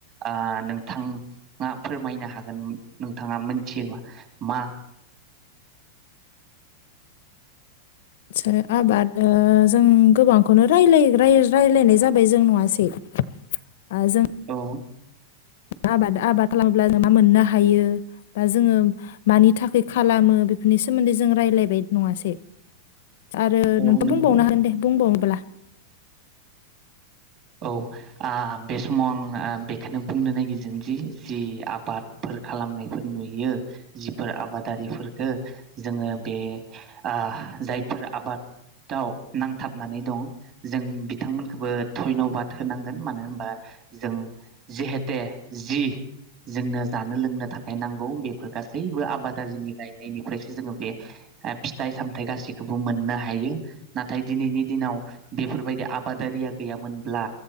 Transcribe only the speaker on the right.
ओ नोंथाङा फोरमायनो हागोन । थाङा मोनथियोबा मा
औ
औ
नंगौ
औ आ बे समाव आं आ बेखौनो बुंनो नागिरजोंजि जि आबादफोर खालामनायफोर नुयो जिफोर आबादारि फोरखो जोङो बे आ जायफोर आबादाव नांथाबनानै दं जों बिथांमोनखोबो धयन्बाद होनांगोन मानो होमबा जों जिहेते जि जोंनो जानो लोंनो थाख खाय नांगौ बेफोर गासैबो आबाद <unintelligible> गायनायनिफ्रायसो जोङो बे आ फिथाइ-सामथाय गासिखौबो मोननो हायो नाथाय दिनैनि दिनाव बेफोरबायदि आबादारिया गैयामोनब्ला